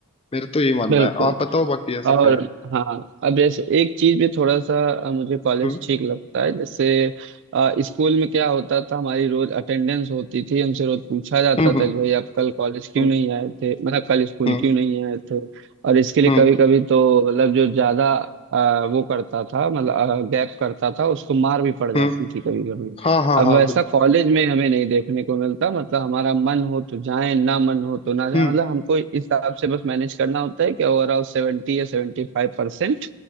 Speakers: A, on the left; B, on the right.
A: मेरा तो ये मानना
B: बिल्कुल
A: है आप बताओ बाकी ऐसा
B: और
A: क्या है
B: हाँ अब जैसे एक चीज भी थोड़ा सा अ, मुझे कॉलेज
A: हम्म
B: ठीक लगता है जैसे अ, स्कूल में क्या होता था हमारी रोज अटेंडेंस होती थी हमसे रोज पूछा जाता
A: हम्म
B: था कि भाई आप कल कॉलेज क्यों
A: हम्म
B: नहीं आए थे मतलब कल स्कूल
A: हम्म
B: क्यों नहीं आए थे और इसके लिए
A: हम्म हम्म,
B: कभी कभी तो मतलब जो ज्यादा अ, वो करता था मतलब गैप करता था उसको मार भी पड़ जाती
A: हम्म,
B: थी कभी
A: हाँ हाँ
B: अब
A: हाँ
B: वैसा
A: बिल्कुल
B: कॉलेज में हमें नहीं देखने को मिलता मतलब हमारा मन हो तो जाए ना मन हो तो ना जाए
A: हम्म
B: मतलब हमको इस हिसाब से बस मैनेज करना होता है कि ओवरऑल सेवेंटी या सेवेंटी फाइव परसेंट